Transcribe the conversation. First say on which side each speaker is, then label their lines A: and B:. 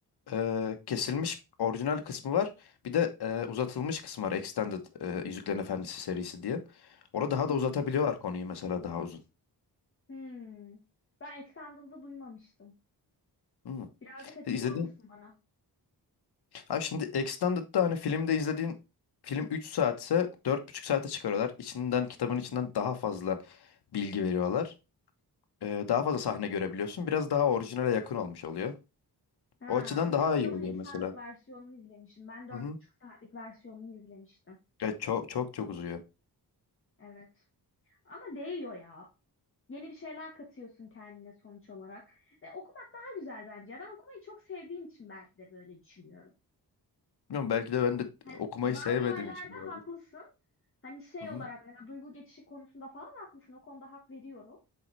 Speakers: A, on the left; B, on the left.
A: e, kesilmiş orijinal kısmı var. Bir de e, uzatılmış kısmı var. Extended e, Yüzüklerin Efendisi serisi diye. Orada daha
B: hı.
A: da
B: hı.
A: uzatabiliyorlar konuyu mesela daha uzun.
B: Hmm. Ben Extended'ı duymamıştım.
A: Hmm.
B: Birazcık açıklar
A: E, İzledin,
B: mısın bana?
A: Abi şimdi Extended'da hani filmde izlediğin film 3 saatse dört buçuk saate çıkarıyorlar. İçinden kitabın içinden daha fazla bilgi veriyorlar. Ee, daha fazla sahne görebiliyorsun. Biraz daha orijinale yakın olmuş oluyor.
B: Ha,
A: O açıdan daha
B: ben
A: iyi
B: o zaman
A: oluyor
B: Extended
A: mesela.
B: versiyonunu izlemişim. Ben dört
A: Hı hı.
B: buçuk saatlik versiyonunu izlemiştim.
A: Evet, çok çok çok uzuyor.
B: Evet. Ama değiyor ya. Yeni bir şeyler katıyorsun kendine sonuç olarak. Ve okumak daha güzel bence. Ben okumayı çok sevdiğim için belki de böyle düşünüyorum.
A: Bilmiyorum, belki de ben de
B: Hani
A: okumayı
B: bazı
A: sevmediğim
B: yerlerde
A: için olabilir.
B: haklısın. Hani şey
A: Hı hı.
B: olarak mesela duygu geçişi konusunda falan haklısın. O konuda hak veriyorum.